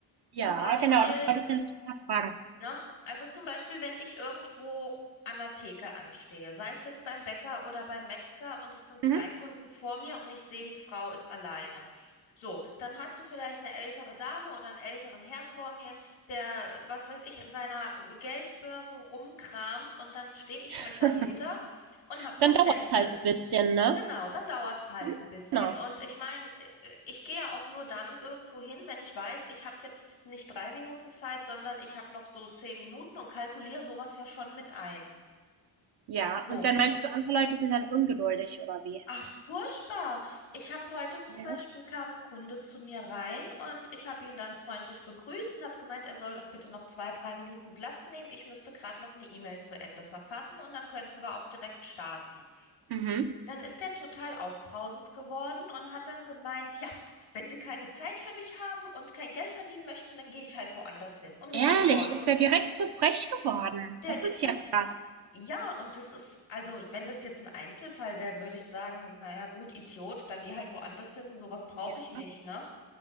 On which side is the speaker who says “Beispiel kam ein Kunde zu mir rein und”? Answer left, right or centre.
Left